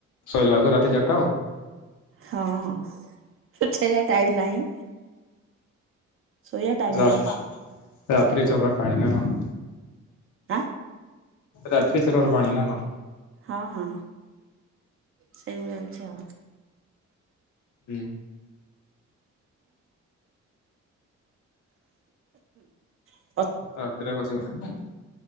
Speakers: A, on the left; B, on the right.
A: ଶୋଇଲା ବେଳକୁ ରାତି ଚାରିଟା ଆଉ
B: ହଁ ହଁ ସେ ଛେଇୟା ଟାଇମ ନାହିଁ ଶୋଇବା ଟାଇମ
A: ରା
B: ନାହିଁ।
A: ରାତିରେ ଚୋବା ପାଣି ନା କଣ?
B: ଆ?
A: ରାତିରେ ଚିରର ପାଣିନା କ?
B: ହଁ ହଁ ସେଇଭଳିୟା କିଛି ଆଉ।
A: ହୁଁ।
B: ହ
A: ରାତିରେ ବସିବ କଣ